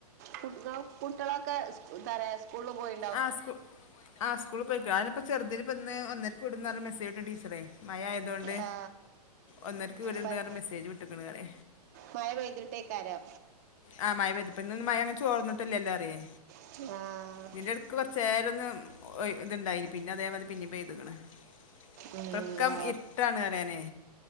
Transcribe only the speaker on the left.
ആഹ് സ്കൂ ആസ്കൂള് പോ യിക്കാ അഹന്നെ പ്പോ ചെറ്തിനിപ്പന്ന് ഒന്നരക്ക് വിടും ന്നറ്ഞ്ഞ് മെസ്സേജ് ട്ട് ടീച്ചറെ മയ ആയതോണ്ട്
ഒന്നരക്ക് വിട്ണ്ട്
റ്ഞ്ഞ് മെസ്സേജ് വിട്ട്ക്ക്ണ് റിയ
ആഹ് മഴപെഴ്തിപ്പ ഇന്നൊന്നും മയങ്ങനെ ചോർന്നിട്ടില്ലല്ലോ റിയെ
തിന്റെ ഏട്ക്ക് കൊർച്ചെരൊന്ന് ഒഴിത്ണ്ടായിനി പിന്നെഅതേമാതി പിന്നിംപെയ്ത്ക്ക്ണ് <unintelligible>
ങ്കം
ഇര്ട്ടാണ് റയാനെ